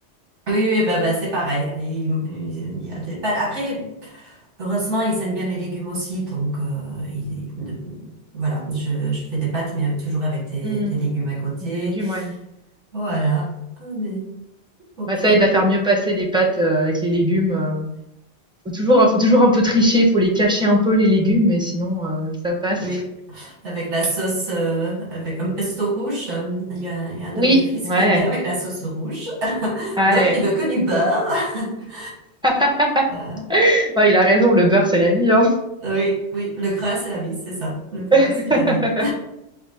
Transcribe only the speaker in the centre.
Hmm,
des légumes, ouais.
Bah, ça aide à faire mieux passer les pâtes, euh, avec les légumes. euh. Faut toujours, faut toujours un peu tricher, faut les cacher un peu, les légumes, mais sinon, euh, ça passe.
Oui,
ouais,
ouais.
<laughs>
Ouais, il a raison, le beurre, c'est la vie, hein.
<laughs>